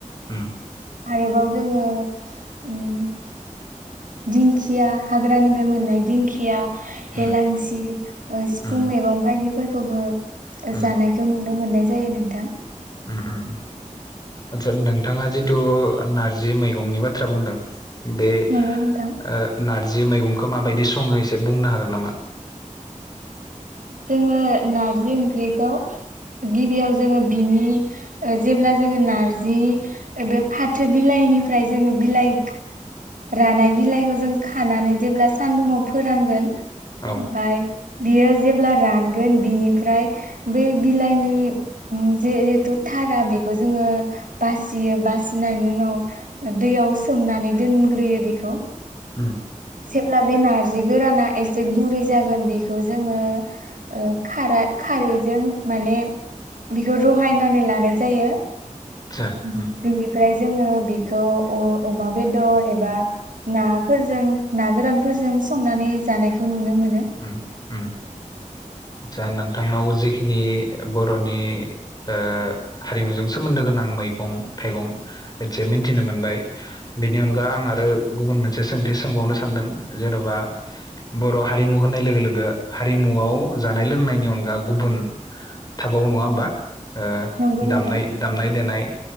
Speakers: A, on the left; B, on the right.
A: उम
B: आरोबाव जोङो उम दिंखिया हाग्रानिफ्राय मोननाय दिंखिया हेेलांसि
A: उम
B: ओ सिफुं
A: उम
B: मैगं बायदि फोरखौबो
A: उम
B: जानायखौ नु नुनो मोननाय जायो नोंथां
A: उम उम आतसा नोंथाङा जिथु नारजि मैगंनि बाथ्रा बुंदों बे
B: नंगौ नोंथां
A: ओ नारजि मैगं खो माबायदि सङो एसे बुंनो हागोन नामा?
B: जोङो नारजि ओंख्रिखौ गिबियाव जोङो बिनि जेब्ला जोङो नारजि बे फाथो बिलाइनिफ्राय जोङो बिलाइ रानाय बिलाइखौ जों खानानै जेब्ला सानदुङाव फोरानगोन
A: औ
B: बाय बियो जेब्ला रानगोन बिनिफ्राय बै बिलाइनि उम जिहेथु थारा बेखौ जोङो बासियो बासिनायनि उनाव दैयाव सोमनानै दोन ग्रोयो बिखौ
A: उम
B: जेब्ला बे नार्जि गोराना एसे गुरै जागोन बेखौ जोङो ओ खारा खारैजों माने बेखौ रहायनानै लानाय जायो
A: आदसा
B: <unintelligible>
A: उम
B: ओमफ्राय जोङो बेखौ अ अमा बेदर एबा नाफोरजों ना गोरानफोरजों संनानै जानायखौ नुनो मोनो
A: उम उम नोंथांनाव जिखिनि बरनि ओ हारिमुजों सोमोन्दो गोनां मैगं थाइगं मोनसे मिथिनो मोनबाय बेनि अनगा आं आरो गुबुन मोनसे सोंथि सोंबावनो सानदों जेनबा बर हारिमु होननाय लोगो लोगो हारिमुआव जानाय लोंनायनि अनगा गुबुन थाबाव नङा होमबा ओ
B: नंगौ नोंथां
A: दामनाय दामनाय देनाय